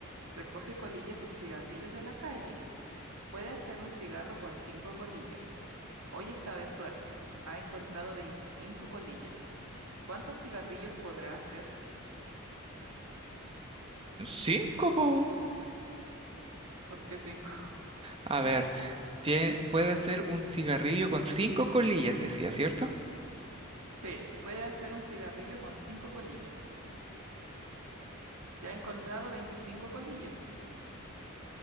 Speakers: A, on the right; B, on the right.
A: recoge colillas de cigarrillos de la calle. Puede hacer un cigarro con cinco colillas. Hoy está de suerte. Ha encontrado 25 colillas. ¿Cuántos cigarrillos podrá hacer?
B: Cinco, po.
A: ¿Por qué cinco? <laughs>
B: A ver, tie- puede ser un cigarrillo con cinco colillas, decía, ¿cierto?
A: Sí, puede hacer un cigarrillo con cinco colillas. Ya ha encontrado 25 colillas.